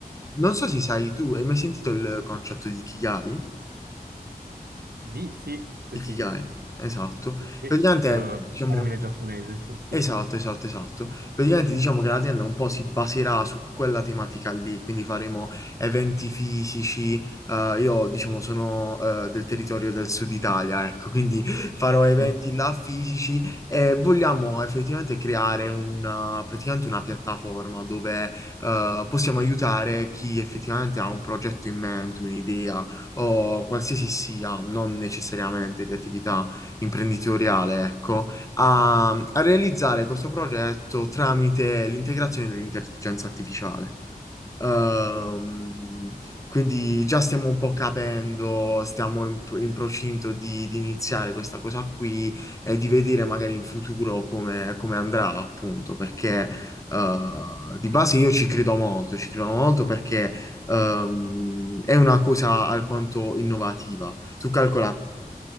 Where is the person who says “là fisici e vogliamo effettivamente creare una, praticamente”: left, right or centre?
Left